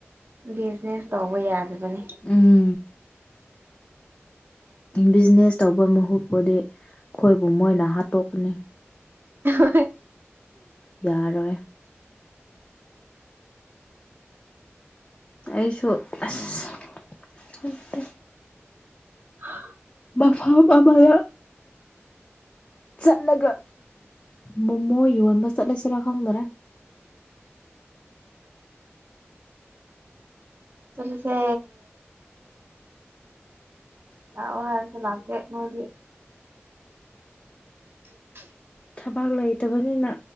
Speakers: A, on the right; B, on the left.
A: ꯕꯤꯖꯤꯅꯦꯁ ꯇꯧꯕ ꯌꯥꯗꯕꯅꯤ
B: ꯎꯝ ꯕꯤꯖꯤꯅꯦꯁ ꯇꯧꯕ ꯃꯍꯨꯠꯄꯨꯗꯤ ꯑꯩꯈꯣꯏꯕꯨ ꯃꯣꯏꯅ ꯍꯥꯠꯇꯣꯛꯀꯅꯤ
A: <unintelligible>
B: ꯌꯥꯔꯣꯏ ꯑꯩꯁꯨ ꯑꯁ ꯍꯩꯇꯦ
A: <unintelligible>
B: ꯃꯐꯝ ꯑꯃꯗ ꯆꯠꯂꯒ ꯃꯣꯃꯣ ꯌꯣꯟꯕ ꯆꯠꯂꯁꯤꯔꯥ ꯈꯪꯗ꯭ꯔꯦ
A: ꯆꯠꯂꯁꯦ ꯂꯥꯛꯑꯦ ꯍꯥꯏꯔꯁꯨ ꯂꯥꯛꯇꯦ ꯅꫭꯏꯗꯤ <inaudible>
B: ꯊꯕꯛ ꯂꯩꯇꯕꯅꯤꯅ